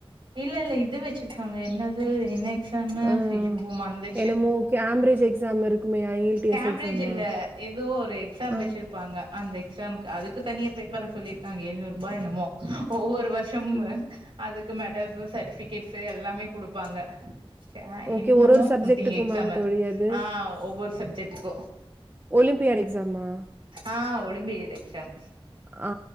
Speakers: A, on the right; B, on the right.
A: இல்ல இல்ல இது வெச்சிருக்காங்க என்னது என்ன எக்ஸாமு
B: ஆஹ்
A: அயோ மறந்துச்சு
B: என்னமோ <unintelligible> எக்ஸாம் இருக்குமே ஐஎல்டிஎஸ்
A: கேம்ப்ரேட்ஜ்
B: எக்ஸாமா
A: இல்ல ஏதோ ஒரு எக்ஸாம்
B: ஆ
A: வச்சிருப் ப்பாங்க அந்த எக்ஸாம்க்கு அதுக்கு தனியா பேப்பர்லா சொல்லிருக்காங்க எழுநூறுபா என்னமோ ஒவ்வொரு வர் சும்ம
B: ம்
A: அதுக்கு மெடல்ஸு சர்ட்டிஃபிக்கேட்ஸு எல்லாமே குடுப்பாங்க ஆ
B: ஓகே
A: என்னமோ
B: ஒரு ஒரு சப்ஜெக்ட்டுக்கும்
A: பத்தீங்க எக்ஸாம
B: வாங்க தோழி அது
A: ஆ ஒரு சப்ஜக்ட்டுகு
B: ஒலிம்பியாட் எக்ஸாமா
A: ஆ ஒலிம்பியிது எக்சாம்
B: ஆ